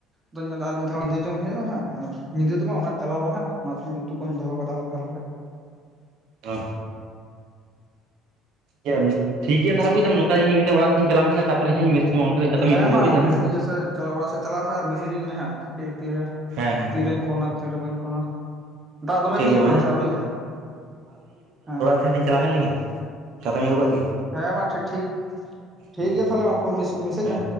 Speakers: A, on the right; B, on the right.
A: ᱟᱫᱚᱧ ᱢᱮᱱᱮᱫᱟ ᱟᱨ ᱢᱤᱫ ᱫᱷᱟᱣ ᱧᱤᱫᱟᱹ ᱡᱚᱢ ᱦᱩᱭᱩᱜᱼᱟ ᱦᱟᱸᱜ ᱟᱨ ᱧᱤᱫᱟᱹ ᱫᱚ ᱵᱟᱝ ᱚᱱᱟ ᱪᱟᱞᱟᱣ ᱞᱟᱦᱟ ᱚᱱᱟᱛᱮ ᱩᱛᱩ ᱠᱚᱦᱚᱧ ᱫᱚᱦᱚ ᱟᱠᱟᱫᱟ ᱦᱟᱞᱠᱟᱼᱦᱟᱞᱠᱟ᱾
B: ᱟᱨ ᱤᱭᱟᱹ ᱴᱷᱤᱠ ᱜᱮᱭᱟ ᱛᱟᱦᱚᱞᱮ‌ ᱵᱩᱡᱫᱟᱢ ᱱᱚᱠᱟ ᱤᱧ ᱢᱤᱫ ᱫᱷᱟᱣ ᱚᱲᱟᱜ ᱥᱮᱫ ᱤᱧ ᱪᱟᱞᱟᱣ ᱞᱮᱱ ᱜᱮ ᱛᱟᱯᱚᱨᱮ ᱦᱟᱸᱜ ᱤᱧ ᱢᱮᱥᱮᱡ ᱟᱢᱟ᱾ ᱠᱷᱚᱡ ᱪᱟᱛᱚᱢᱤᱧ
A: ᱦᱮᱸ
B: ᱟᱹᱜᱩ ᱞᱮᱜᱟ
A: ᱢᱟ
B: ᱵᱩᱡ
A: ᱟᱢ
B: ᱫᱟᱢ ᱦᱮᱸ
A: ᱤᱭᱟᱹ ᱥᱮᱫ ᱪᱟᱞᱟᱣ, ᱚᱲᱟᱜ ᱥᱮᱫ ᱪᱟᱞᱟᱜ ᱢᱮ ᱟᱨ ᱢᱮᱥᱮᱡ ᱟᱹᱧ ᱢᱮ ᱦᱟᱸᱜ ᱛᱤ ᱛᱤᱨᱮ᱾
B: ᱦᱮᱸ ᱦᱮᱸ
A: ᱛᱤᱨᱮᱧ ᱯᱷᱳᱱᱟ ᱛᱤᱨᱮ ᱵᱟᱹᱧ ᱯᱷᱳᱱᱟ᱾ ᱫᱟᱜ ᱫᱚᱢᱮ
B: ᱴᱷᱤᱠ
A: ᱵᱤᱥᱤ
B: ᱜᱮᱭᱟ
A: ᱟᱠᱟᱣᱫᱟ
B: ᱢᱟ ᱦᱮᱸ
A: ᱥᱮ ᱟᱹᱣᱨᱤᱭᱟᱜᱼᱟ, ᱦᱮᱸ᱾
B: ᱱᱟᱹᱭ ᱴᱦᱮᱱᱤᱧ ᱪᱟᱞᱟᱣ ᱦᱮᱡᱽ ᱞᱮᱱᱜᱮ᱾ ᱪᱟᱛᱚᱢᱤᱧ ᱟᱹᱜᱩ ᱠᱟᱜ ᱜᱮ
A: ᱦᱮᱸ ᱢᱟ ᱴᱤ ᱴᱷᱤᱠ, ᱴᱷᱤᱠ
B: ᱦᱮᱸ
A: ᱜᱮᱭᱟ ᱛᱟᱦᱚᱞᱮ ᱢᱟ ᱯᱦᱚ ᱢᱮᱥ, ᱢᱮᱥᱮᱡᱟᱭ
B: ᱦᱮᱸ᱾
A: ᱢᱮ᱾